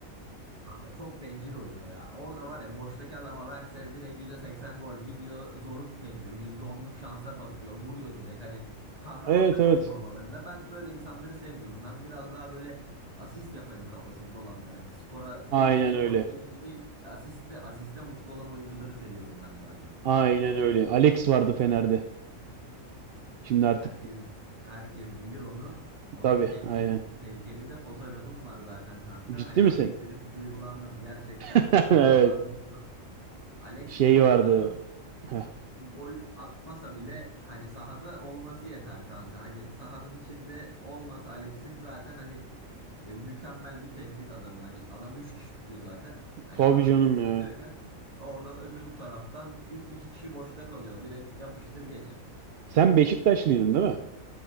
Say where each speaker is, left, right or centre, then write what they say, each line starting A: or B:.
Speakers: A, on the right; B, on the right.
A: Kanka çok bencil oynuyor ya. Orada var ya boştaki adama verse direkt %80 gol gidiyor zoru deniyor. yüzde onluk şansa bakıyor vuruyor direkt. Hani kahraman
B: Evet
A: ben
B: evet.
A: olayım havalarında. Ben böyle insanları sevmiyorum. Ben biraz daha böyle asist yapayım kafasında olanlar. Hani skora değil
B: Aynen
A: de gol
B: öyle.
A: sevinci değil asiste, asiste mutlu olan oyuncuları seviyorum ben daha çok.
B: Aynen öyle. Alex vardı Fener'de. Şimdi artık
A: Herkes herkes bilir onu. Onun
B: tabii
A: heykeli,
B: aynen.
A: heykelinde fotoğrafım var zaten kanka.
B: Ciddi
A: Hani
B: misin?
A: Alex dedim bir duygulandım. Gerçekten
B: <laughs>
A: bir duygulandım şu Alex
B: Şey
A: şöyle
B: vardı.
A: bir adam.
B: Heh,
A: Gol atmasa bile hani sahada olması yeter kanka. Hani sahanın içinde olmasa Alex'in zaten hani e, mükemmel bir tehdit adamın. Hani adam 3 kişi tutuyor zaten. Hani
B: tabii
A: adam
B: canım
A: 3 kişi
B: ya.
A: tutuyorken oradan öbür taraftan 3 2 kişi boşta kalıyor. Direkt yapıştır geç.
B: Sen Beşiktaşlıydın değil mi?